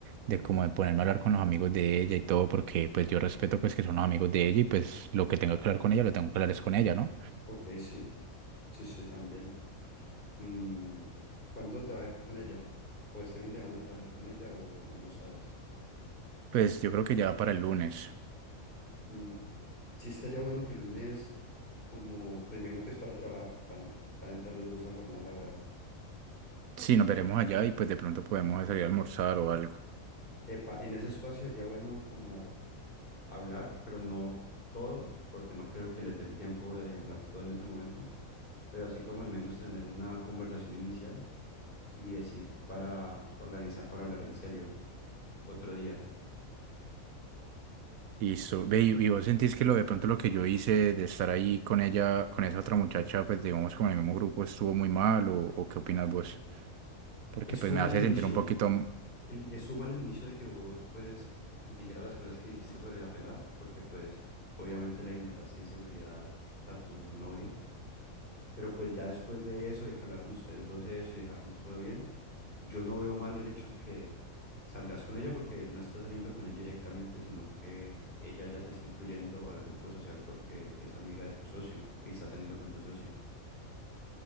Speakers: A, on the right; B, on the left.
A: de como de ponerme a hablar con los amigos de ella y todo, porque pues yo respeto pues que son los amigos de ella y pues lo que tenga que hablar con ella, lo tengo que hablar es con ella, ¿no?
B: Ok, sí, sí, sí, también. Mm, ¿cuándo te vas a ir con ella? ¿O este fin de semana te vas a ir con ella o no sabes?
A: Pues yo creo que ya para el lunes.
B: Mm, sí estaría bueno que el lunes, como, pues imagino que es para trabajar, van, van a entrar los dos a jornada laboral.
A: Sí, nos veremos allá y pues de pronto podemos salir a almorzar o algo.
B: Epa, en ese espacio sería bueno como hablar, pero no todo, porque no creo que les dé el tiempo de hablar todo en ese momento, pero así como al menos tener una conversación inicial y decir para organizar para hablar en serio otro día.
A: Listo. Ve, y, y vos sentís que lo de pronto lo que yo hice de estar ahí con ella, con esa otra muchacha, pues digamos como en el mismo grupo estuvo muy mal o, o qué opinas vos? Porque
B: Estuvo
A: pues me
B: mal
A: hace
B: el inicio,
A: sentir un poquito m-
B: el- estuvo mal el inicio de que vos pues dijeras las cosas que dijiste sobre esa pelada, porque pues obviamente le generaste inseguridad a tu novia Pero pues ya después de eso, de que hablaron ustedes dos de eso y dejaron todo bien, yo no veo mal el hecho que salgas con ella porque no estás saliendo con ella directamente, sino que ella ya se está incluyendo al grupo social porque es amiga de tu socio y está saliendo con tu socio.